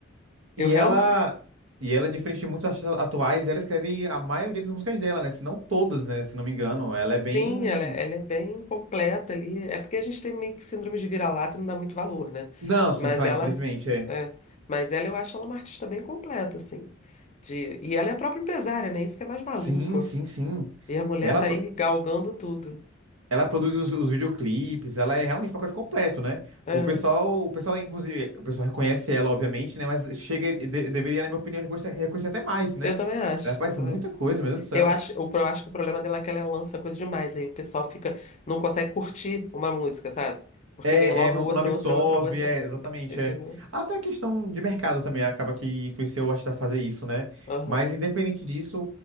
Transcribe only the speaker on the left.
Eu
realmente
Sim,
ela, é, ela é bem completa ali. É porque a gente tem meio que síndrome de vira-lata e não dá muito valor, né?
Mas
ela,
é, mas ela eu acho ela uma artista bem completa, assim. De, e ela é a própria empresária, né? Isso que é mais maluco.
E a mulher
tá aí galgando tudo.
É,
eu também acho,
eu também
acho.
Eu acho, o pro- acho que o problema dela é que ela lança coisa demais, aí o pessoal fica, não consegue curtir uma música, sabe? Porque
vem logo
outra,
outra, outra, outra,
entendeu?
Aham,